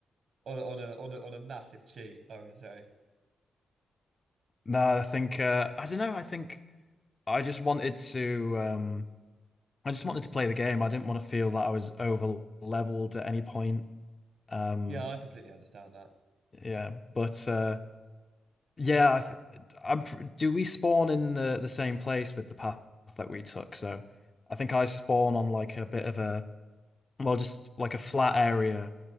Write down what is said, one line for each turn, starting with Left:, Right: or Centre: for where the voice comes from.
Right: on on a on a on a massive cheat, I would say.
Left: No, I think uh I don't know. I think I just wanted to um I just wanted to play the game. I didn't want to feel that I was over leveled at any point. Um
Right: Yeah, I completely understand that.
Left: yeah, but uh Yeah, I th I'm. pr- Do we spawn in the the same place with the path that we took? So, I think I spawn on like a bit of a well, just like a flat area,